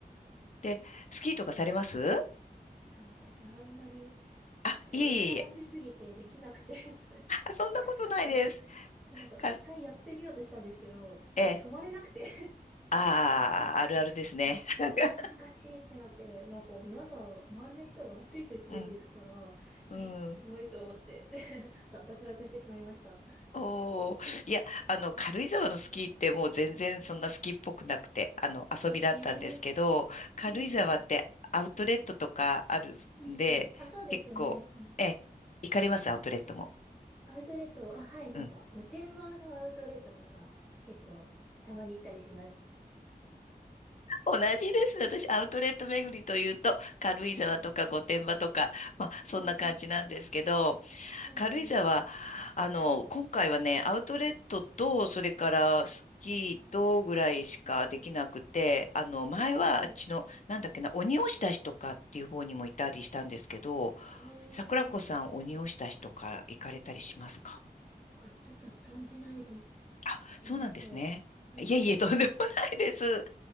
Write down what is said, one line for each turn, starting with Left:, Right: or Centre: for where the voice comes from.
Left: で、スキーとかされます
Centre: そう、私はあんまり、
Left: あ、
Centre: そう、
Left: いえいえいえ。
Centre: 運動音痴すぎてできなくて、<laughs> そう、
Left: あ、そんなことないです。
Centre: そう、そうなんか一回やってみようとしたんですけど、
Left: か、ええ、
Centre: だから止まれなくて <laughs>
Left: ああ、あるあるですね。
Centre: そう、
Left: <laughs>
Centre: む、難しいってなって、なんか皆さん、周りの人はスイスイ滑っていくから、
Left: うん。うん。
Centre: え、すごいと思って <laughs> だ、脱落してしまいました。
Left: おー、<sniffs> いや、あの、軽井沢のスキーってもう全然そんなスキーっぽくなくて、あの、遊びだったんですけど、
Centre: あ、へえ。
Left: 軽井沢ってアウトレットとかあるんで、
Centre: うんうん。うんうん。あ、そうですよね。
Left: 結構、
Centre: うん
Left: え、行かれます、アウトレットも。
Centre: アウトレット、あ、はい、なんか、
Left: うん。
Centre: 御殿場のアウトレットとか、結構、たまに行ったりします。
Left: 同じですね。私、アウトレット巡りというと、軽井沢とか御殿場とか、
Centre: うん。
Left: まあ、そんな感じなんですけど、
Centre: うんうんうん。
Left: 軽井沢、
Centre: うん。
Left: あの、今回はね、アウトレットと、それからスキーとぐらいしかできなくて、
Centre: うんうん
Left: あの、前はあっちの、
Centre: はい、はい。
Left: なんだっけな、鬼押出しとかっていう方にもいたりしたんですけど、
Centre: ええ、
Left: 桜子さん鬼押出しとか行かれたりしますか
Centre: はい。あ、ちょっと存じないです。
Left: あ、
Centre: ごめんなさい。
Left: そうなんですね。
Centre: はい。
Left: いえいえ、とんでもないです。